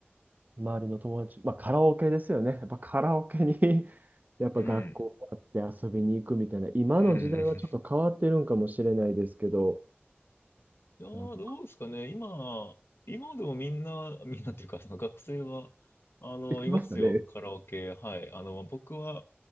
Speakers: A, on the right; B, on the left.
A: 周りの友達、<laughs> まあカラオケですよね。やっぱカラオケに <laughs> やっぱ学校があって遊びに行くみたいな、
B: うん。
A: 今の時代はちょっと変わってるんかもしれないですけど、
B: うん。いやー、
A: なんか
B: どうですかね。今、今でもみんな、<laughs> みんなっていうか、その学生は、あの、
A: 行ってますかね。
B: いますよ。カラオケ。はい。あの、僕は、